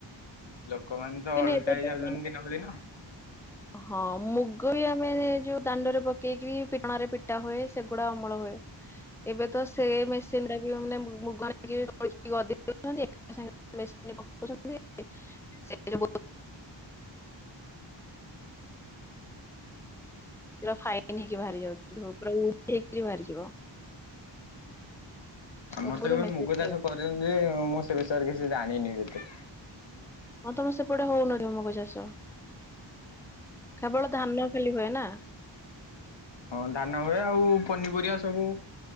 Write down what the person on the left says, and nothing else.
ଲୋକମାନେ ତ ଅଳସୁଆ
ହେଇଯାଉଛନ୍ତି
ଦିନକୁ ଦିନ।
ଆମର ତ ଏବେ
ମୁଗ ଚାଷ କରିଛନ୍ତି ଯେ ମୁଁ ସେ ବିଷୟରେ କିଛି ଜାଣିନି ଏବେ। <inaudible>
ହଁ ଧାନ ହୁଏ ଆଉ ପନିପରିବା ସବୁ